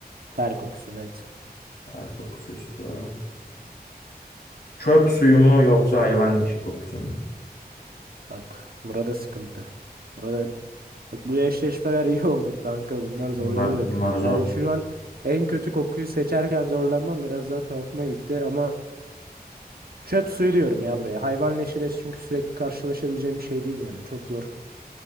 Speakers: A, on the right (about 65°); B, on the left (about 80°).
A: Ter kokusu net.
B: Ter kokusu üstü var. Çöp suyu mu yoksa hayvan leşi kokusu mu?
A: Bak burada sıkıntı. Burada bak bu eşleşmeler <laughs> iyi oldu kanka. Bunlar zorladı
B: Bunlar,
A: beni.
B: bunlar zor.
A: Yani şu an en kötü kokuyu seçerken zorlanmam biraz daha tuhafıma gitti ama Çöp suyu diyorum ya buraya. Hayvan leşiyle çünkü sürekli karşılaşabileceğim bir şey değil yani. Çok zor.